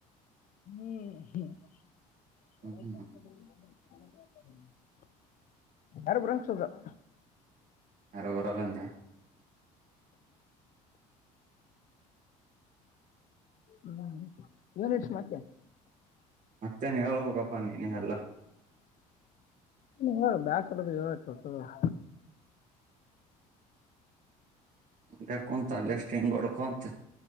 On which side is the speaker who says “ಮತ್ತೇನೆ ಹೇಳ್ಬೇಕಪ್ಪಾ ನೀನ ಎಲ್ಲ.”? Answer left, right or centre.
Right